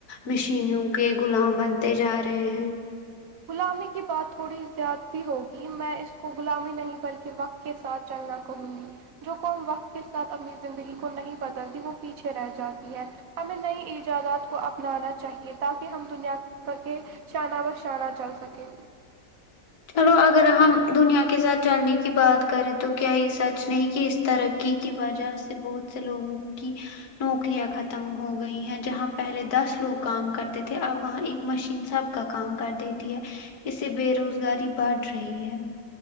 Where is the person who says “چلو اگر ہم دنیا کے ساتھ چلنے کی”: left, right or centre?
Left